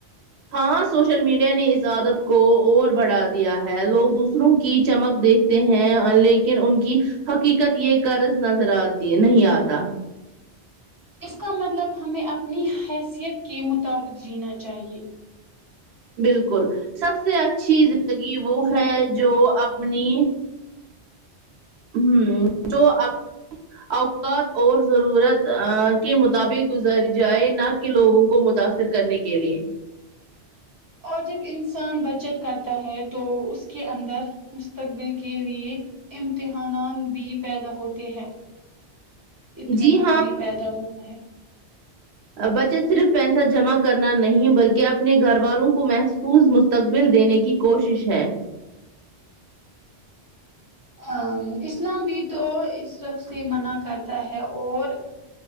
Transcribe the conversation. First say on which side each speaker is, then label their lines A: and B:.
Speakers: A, on the right; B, on the right.
A: ہاں سوشل میڈیا نے اس عادت کو اور بڑھا دیا ہے لوگ دوسروں کی چمک دیکھتے ہیں لیکن ان کی حقیقت یہ قرض نظر آتی ہے نہیں آتا
B: اس کا مطلب ہمیں اپنی حیثیت کے مطابق جینا چاہیے
A: بالکل سب سے اچھی زندگی وہ ہے جو اپنی ہوں جو اپ اوقات اور ضرورت ا کے مطابق گزاری جائے نہ کہ لوگوں کو متاثر کرنے کے لیے
B: اور جب انسان بچت کرتا ہے تو اس کے اندر مستقبل کے لیے امتحانات بھی پیدا ہوتے ہیں اطمینان
A: جی ہاں
B: بھی پیدا ہوتا ہے
A: بچت صرف پیسہ جمع کرنا نہیں بلکہ اپنے گھر والوں کو مح فوظ مستقبل دینے کی کوشش ہے
B: ا اسلام بھی تو اس وف سے منع کرتا ہے اور